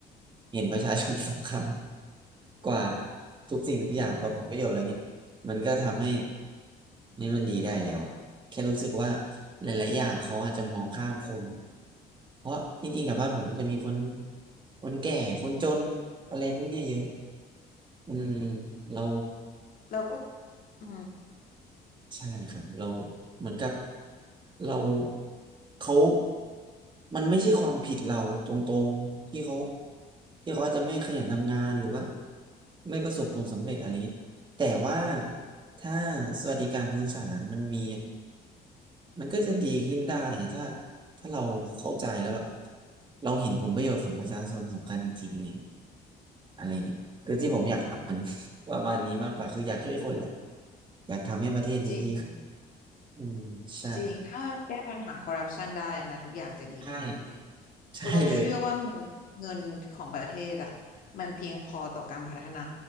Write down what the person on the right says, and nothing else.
เห็นประชาชนสำคัญกว่าทุกสิ่งทุกอย่างกว่าผลประโยชน์อะไรเงี้ยมันก็ทำให้
นี่มันดีได้แล้ว แค่รู้สึกว่าหลายๆ อย่างเขาอาจจะมองข้ามคน เพราะจริงๆแถวบ้านผมจะมีคนคนแก่คนจนอะไรพวกเนี้ยเยอะอืมเรา
ใช่ครับเราเหมือนกับเราเขามันไม่ใช่ความผิดเราตรงๆ ที่เขาที่เขาอาจจะไม่ขยันทำงานหรือว่าไม่ประสบผลสำเร็จอะไรเงี้ยแต่ว่าถ้าสวัสดิการพื้นฐานมันมี มันก็จะดีขึ้นได้ถ้าถ้าเราเข้าใจแล้วแบบเราเห็นผลประโยชน์ของประชาชนสำคัญจริงๆอะไรอย่างเงี้ยอะไรอย่างเงี้ยคือที่ผมอยากอัพเป็น
<laughs> ประมาณนี้มากกว่าคืออยากช่วยคนแหละอยากทำให้ประเทศนี้ดีขึ้น
อืมใช่
ใช่ใช่เลย